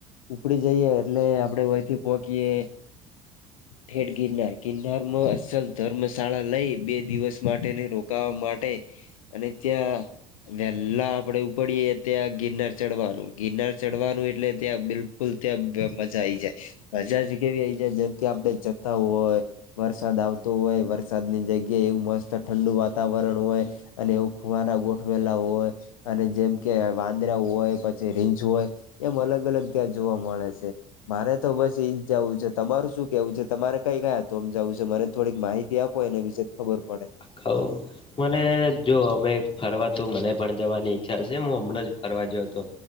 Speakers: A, on the left (about 75°); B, on the left (about 30°).
A: ઉપડી જઈએ એટલે આપડે વહીથી પોહકીએ. થેડ ગિરનાર ગિરનાર માં અસલ ધર્મશાળા લઈ બે દિવસ માટેને રોકવા માટે. અને ત્યાં વહેલા આપડે ઉપડીએ ત્યાં ગિરનાર ચડવાનું ગિરનાર. ચડવાનું એટલે ત્યાં બિલકુલ ત્યાં મજા આ આવી જાય મજા જ કેવી આઈ જાય જેમ આપણે. હોય.. વરસાદ આવતો હોય વરસાદની જગ્યા એવું મસ્ત ઠંડુ વાતાવરણ હોય. અને એવું ખુવારા ગોઠવેલા હોય અને જેમ કે વાંદરા હોય પછી રીંજ હોય. એમ અલગ અલગ ત્યાં જોવા મળે છે. મારે તો બસ એઈ જ જવું છે તમારું શું કેવું છે તમારે કઈ કયા તોમ જવું છે મને થોડીક માહિતી ત્યા આપ એ ને વિીશે ખબર પડે.
B: કાાવ. મને જો અમે ફરવા તો મને પણ જવાની ઈચ્છા છે હું હમણાં જ ફરવાજયો હતો.